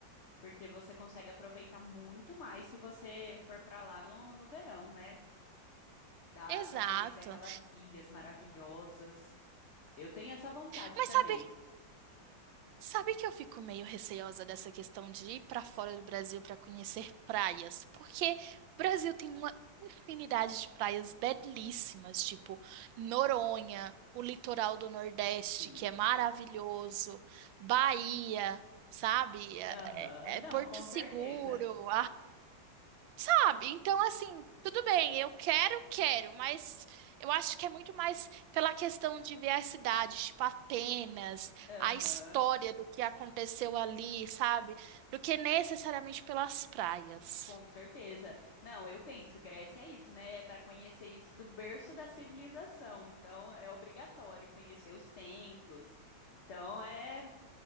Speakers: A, on the left (about 40°); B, on the right (about 80°).
A: Porque você consegue aproveitar muito mais se você for para lá no, no verão, né? Dá
B: Exato.
A: para conhecer aquelas ilhas maravilhosas. Eu tenho essa vontade
B: Mas
A: também.
B: sabe Sabe que eu fico meio receosa dessa questão de ir para fora do Brasil para conhecer praias, porque o Brasil tem uma infinidade de praias belíssimas, tipo Noronha, o litoral do Nordeste,
A: Sim.
B: que é maravilhoso, Bahia, sabe? É-
A: Aham.
B: é
A: Não,
B: é Porto
A: com certeza.
B: Seguro, Sabe? Então, assim, tudo bem, eu quero, quero, mas eu acho que é muito mais pela questão de ver a cidade, tipo Atenas,
A: Aham.
B: a história do que aconteceu ali, sabe? Do que necessariamente pelas praias.
A: Com certeza. Não, eu penso, Grécia é isso, né? É para conhecer isso do berço da civilização. Então, é obrigatório conhecer os templos. Então, é